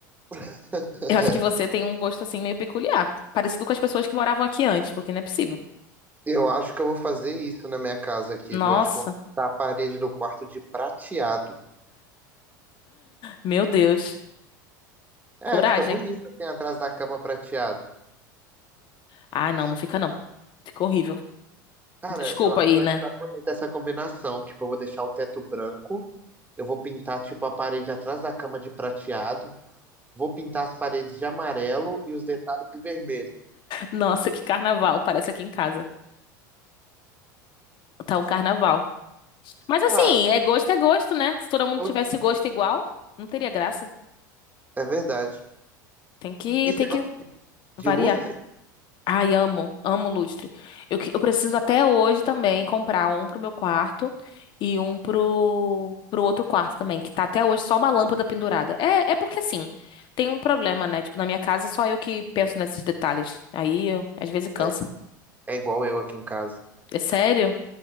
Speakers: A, on the right (about 15°); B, on the left (about 50°).
A: <laughs>
B: Eu acho que você tem um gosto assim meio peculiar, parecido com as pessoas que moravam aqui antes, porque não é possível.
A: Eu acho que eu vou fazer isso na minha casa aqui,
B: Nossa,
A: viu? Eu acho que eu vou pintar a parede do quarto de prateado.
B: meu Deus.
A: É,
B: Coragem.
A: fica bonito assim atrás da cama prateado.
B: Ah, não, não fica não. Fica horrível.
A: Cara,
B: Desculpa
A: eu acho
B: aí,
A: que vai
B: né?
A: ficar bonita essa combinação. Tipo, eu vou deixar o teto branco, eu vou pintar, tipo, a parede atrás da cama de prateado, vou pintar as paredes de amarelo e os detalhes de vermelho.
B: Nossa, que carnaval, parece aqui em casa. Tá um carnaval. Mas assim,
A: Ah,
B: é gosto é gosto, né? Se todo mundo
A: pô,
B: tivesse gosto igual, não teria graça.
A: é verdade.
B: Tem que,
A: E você
B: tem que
A: gosta de
B: variar.
A: lustre?
B: Ai, amo, amo lustre. Eu, que- eu preciso até hoje também comprar um pro meu quarto e um pro, pro outro quarto também, que tá até hoje só uma lâmpada pendurada. É, é porque assim, tem um problema, né? Tipo, na minha casa só eu que penso nesses detalhes. Aí, eu- às vezes cansa.
A: velho? É igual eu aqui em casa.
B: É sério?